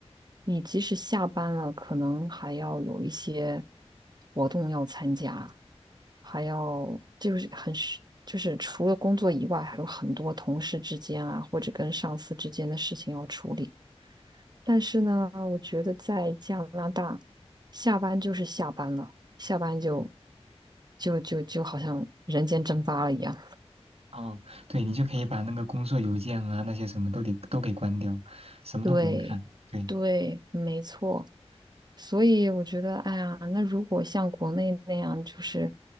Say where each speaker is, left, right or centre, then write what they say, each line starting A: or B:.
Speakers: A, on the right; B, on the right.
A: 你即使下班了，可能还要有一些活动要参加，还要就是很需就是除了工作以外，还有很多同事之间啊，或者跟上司之间的事情要处理。但是呢，我觉得在加拿大，下班就是下班了，下班就就就就好像人间蒸发了一样。
B: 哦，对，你就可以把那个工作邮件啊那些什么都得都给关掉，什么都不用看，
A: 对，
B: 对，
A: 对，没错。所以我觉得，哎呀，那如果像国内那样，就是